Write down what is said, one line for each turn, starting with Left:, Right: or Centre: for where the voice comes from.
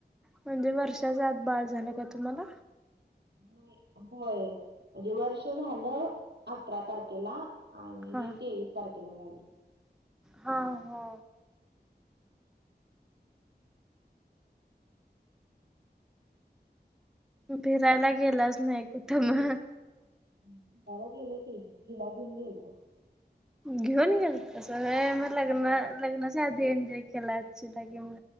Centre: म्हणजे वर्षाच्या आत बाळ झालं का तुम्हाला?
Right: नाही, होय म्हणजे वर्ष झालं अठरा तारखेला आणि
Centre: हा.
Right: तेवीस तारखेला झाली.
Centre: हा हो फिरायला गेलाच नाही कुठं मग
Right: फिरायला गेले की हिला घेऊन गेलतो
Centre: घेऊन गेलतस होय मग
Right: गेलतो.
Centre: लग्न लग्नाच्या आधी एन्जॉय केला की मग